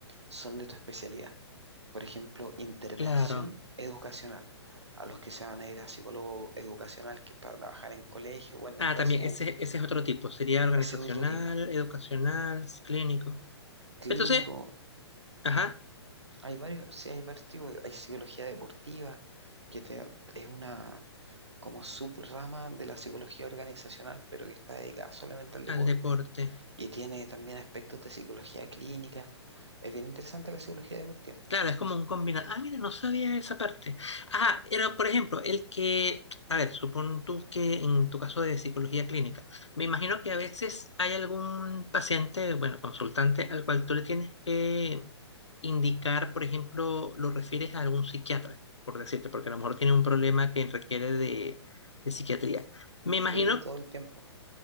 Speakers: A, on the right; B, on the left.
A: son de tu especialidad. Por ejemplo, intervención
B: claro.
A: educacional. A los que se van a ir a psicólogo educacional, que es para trabajar en colegio o en educación.
B: Ah, también, ese, ese es otro tipo. Sería organizacional,
A: Ese es otro tipo.
B: educacional, clínico.
A: Clínico.
B: Entonces, ajá,
A: Hay varios, sí, hay varios tipos. Hay psicología deportiva, que te- es una como subrama de la psicología organizacional, pero que está dedicada solamente al deporte
B: al deporte.
A: Y tiene también aspectos de psicología clínica. Es bien interesante la psicología deportiva.
B: Claro, es como un combinado. Ah, mira, no sabía esa parte. Ah, pero por ejemplo, el que, a ver, supón tú que en tu caso de psicología clínica, me imagino que a veces hay algún paciente, bueno, consultante, al cual tú le tienes que indicar, por ejemplo, lo refieres a algún psiquiatra, por decirte, porque a lo mejor tiene un problema que requiere de, de psiquiatría. Me
A: Sí,
B: imagino
A: todo el tiempo.